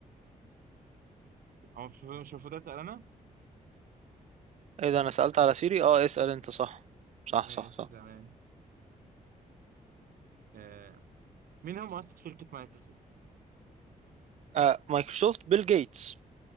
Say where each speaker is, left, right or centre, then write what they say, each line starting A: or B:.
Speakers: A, on the right; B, on the right.
A: هو مش مش المفروض اسأل انا؟
B: ايه ده انا سألت على سيري اه اسأل انت صح صح
A: ماشي
B: صح صح
A: تمام آه. مين هو مؤسس شركة مايكروسوفت؟
B: آه مايكروسوفت بيل جيتس